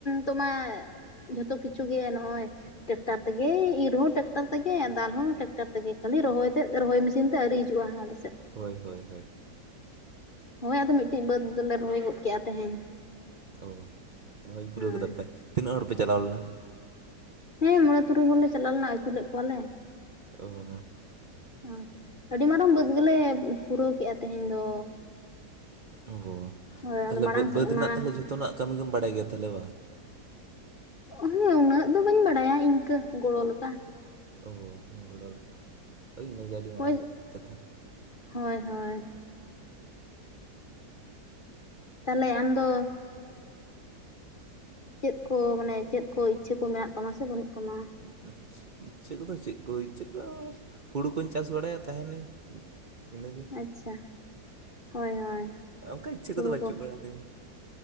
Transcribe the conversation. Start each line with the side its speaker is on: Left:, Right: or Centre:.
Left: ᱛᱳ ᱢᱟ ᱡᱷᱚᱛᱚ ᱠᱤᱪᱷᱩ ᱜᱮ ᱱᱚᱜᱼᱚᱭ ᱴᱮᱠᱴᱟᱨ ᱛᱮᱜᱮ ᱤᱨᱦᱚᱸ ᱴᱮᱠᱴᱟᱨ ᱛᱮᱜᱮ ᱫᱟᱞ ᱦᱚᱸ ᱴᱮᱠᱴᱟᱨ ᱛᱮᱜᱮ ᱠᱷᱟᱹᱞᱤ ᱨᱚᱦᱚᱭ ᱛᱮᱫ ᱨᱚᱦᱚᱭ ᱢᱮᱥᱤᱱ ᱛᱮᱜ ᱟᱹᱣᱨᱤ ᱦᱤᱡᱩᱜᱼᱟ ᱟᱞᱮ ᱥᱮᱫ
Right: ᱦᱳᱭ ᱦᱳᱭ ᱦᱳᱭ
Left: ᱦᱳᱭ ᱟᱫᱚ ᱢᱤᱫ ᱴᱤᱡ ᱵᱟᱹᱫᱽ ᱫᱚᱞᱮ ᱨᱚᱦᱚᱭ ᱜᱚᱫ ᱠᱮᱜᱼᱟ ᱛᱮᱦᱮᱧ
Right: ᱚᱸ ᱨᱚᱦᱚᱭ ᱯᱩᱨᱟᱹᱣ
Left: ᱦᱳᱭ
Right: ᱠᱮᱫᱟ ᱯᱮ ᱛᱤᱱᱟᱹᱜ ᱦᱚᱲ ᱯᱮ ᱪᱟᱞᱟᱣ ᱞᱮᱱᱟ
Left: ᱦᱮᱸ ᱢᱚᱬᱮ ᱛᱩᱨᱩᱭ ᱦᱚᱲ ᱞᱮ ᱪᱟᱞᱟᱣ ᱞᱮᱱᱟ ᱟᱹᱪᱩ ᱞᱮᱫ ᱠᱚᱣᱟ ᱞᱮ
Right: ᱚᱸ
Left: ᱦᱳᱭ ᱟᱹᱰᱤ ᱢᱟᱨᱟᱝ ᱵᱟᱹᱫᱽ ᱜᱮᱞᱮ ᱯᱩᱨᱟᱹᱣ ᱠᱮᱜᱼᱟ ᱛᱮᱦᱮᱧ ᱫᱚ
Right: ᱚᱸ
Left: ᱦᱳᱭ
Right: ᱛᱟᱦᱚᱞᱮ
Left: ᱟᱫᱚ ᱢᱟᱲᱟᱝ ᱥᱮᱫ
Right: ᱵᱟᱹᱫᱽ ᱨᱮᱱᱟᱜ
Left: ᱢᱟᱲᱟᱝ
Right: ᱛᱟᱦᱚᱞᱮ ᱡᱷᱚᱛᱚ ᱱᱟᱜ ᱠᱟᱹᱢᱤ ᱜᱮᱢ ᱵᱟᱲᱟᱭ ᱜᱮᱭᱟ ᱛᱟᱦᱚᱞᱮ ᱵᱟᱝ
Left: ᱦᱮᱸ ᱩᱱᱟᱹᱜ ᱫᱚ ᱵᱟᱹᱧ ᱵᱟᱰᱟᱭᱟ ᱤᱱᱠᱟᱹ ᱜᱚᱲᱚ ᱞᱮᱠᱟ
Right: ᱚᱸ ᱜᱚᱲᱚ ᱞᱮᱠᱟ ᱦᱳᱭ ᱤᱱᱟᱹ ᱜᱮ ᱟᱹᱰᱤ ᱢᱟᱨᱟᱝ
Left: ᱦᱳᱭ
Right: ᱠᱟᱛᱷᱟ
Left: ᱦᱳᱭ ᱦᱳᱭ ᱛᱟᱦᱚᱞᱮ ᱟᱢᱫᱚ ᱪᱮᱫ ᱠᱚ ᱢᱟᱱᱮ ᱪᱮᱫ ᱠᱚ ᱤᱪᱪᱷᱟᱹ ᱠᱚ ᱢᱮᱱᱟᱜ ᱛᱟᱢᱟ ᱥᱮ ᱵᱟᱹᱱᱩᱜ ᱛᱟᱢᱟ
Right: <unintelligible> ᱤᱪᱪᱷᱟᱹ ᱠᱚᱫᱚ ᱪᱮᱫ ᱠᱚ ᱤᱪᱪᱷᱟᱹ ᱠᱚ ᱦᱩᱲᱩ ᱠᱚᱧ ᱪᱟᱥ ᱵᱟᱲᱟᱭᱟ ᱛᱟᱦᱮᱸᱱᱟᱹᱧ ᱤᱱᱟᱹ ᱜᱮ
Left: ᱟᱪᱪᱷᱟ, ᱦᱳᱭ ᱦᱳᱭ
Right: ᱚᱱᱠᱟ ᱤᱪᱪᱷᱟᱹ
Left: ᱦᱩᱲᱩ
Right: ᱠᱚᱫᱚ ᱵᱟᱹᱱᱩᱜ
Left: ᱠᱚ
Right: ᱵᱟᱲᱟ ᱛᱤᱧᱟ